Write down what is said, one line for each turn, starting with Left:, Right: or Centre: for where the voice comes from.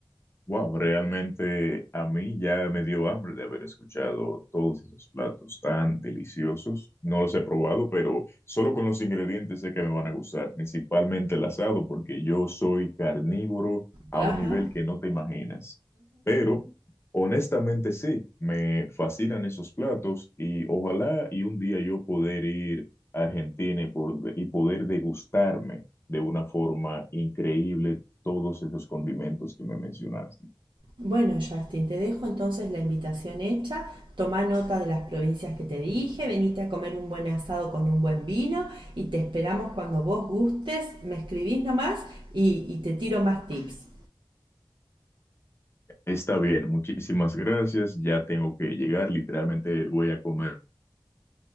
Left: Wow, realmente a mí ya me dio hambre de haber escuchado todos esos platos tan deliciosos. No los he probado, pero solo con los ingredientes sé que me van a gustar, principalmente el asado, porque yo soy carnívoro a
Right: Ajá.
Left: un nivel que no te imaginas. Pero honestamente sí, me fascinan esos platos y ojalá y un día yo poder ir a Argentina y, por- y poder degustarme de una forma increíble todos esos condimentos que me mencionaste.
Right: Bueno, Justin, te dejo entonces la invitación hecha. Tomá nota de las provincias que te dije, venite a comer un buen asado con un buen vino y te esperamos cuando vos gustes. Me escribís nomás y, y te tiro más tips.
Left: Está bien, muchísimas gracias. Ya tengo que llegar. Literalmente voy a comer